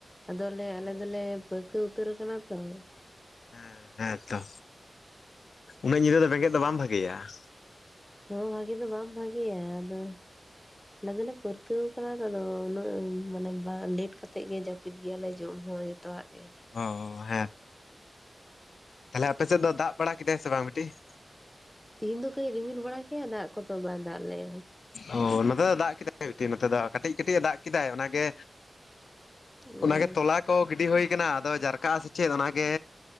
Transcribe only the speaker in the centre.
ᱟᱫᱚᱞᱮ
ᱟᱞᱮ ᱫᱚᱞᱮ ᱯᱟᱹᱨᱠᱟᱹ ᱩᱛᱟᱹᱨ ᱟᱠᱟᱱᱟ ᱛᱚ ᱾
ᱦ ᱵᱷᱟᱜᱤ ᱫᱚ ᱵᱟᱝᱢ ᱵᱷᱟᱜᱮᱤᱭᱟ ᱟᱫᱚ, ᱟᱞᱮ ᱫᱚᱞᱮ ᱯᱟᱹᱨᱠᱟᱹᱣ ᱠᱟᱱᱟ ᱟᱫᱚ ᱩᱱᱟᱹᱜ ᱢᱟᱱᱮ ᱵᱟᱝ ᱞᱮᱴ ᱠᱟᱛᱮᱫ ᱜᱮ ᱡᱟᱹᱯᱤᱫ ᱜᱮᱭᱟᱞᱮ ᱡᱚᱢ ᱦᱚᱸᱚᱛ ᱾ ᱡᱚᱛᱚᱣᱟᱜ ᱜᱮ ᱾
ᱛᱤᱦᱤᱧ ᱫᱚ ᱠᱟᱹᱡ ᱨᱤᱢᱤᱞ ᱵᱟᱲᱟ ᱠᱮᱭᱟ ᱫᱟᱜ ᱠᱚᱫᱚ ᱵᱟᱭ ᱫᱟᱜ ᱞᱮ-ᱟ ᱾
ᱚ